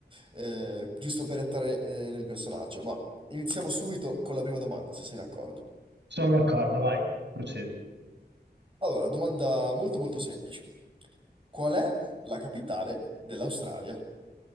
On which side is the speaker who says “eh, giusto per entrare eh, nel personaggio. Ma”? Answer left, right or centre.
Right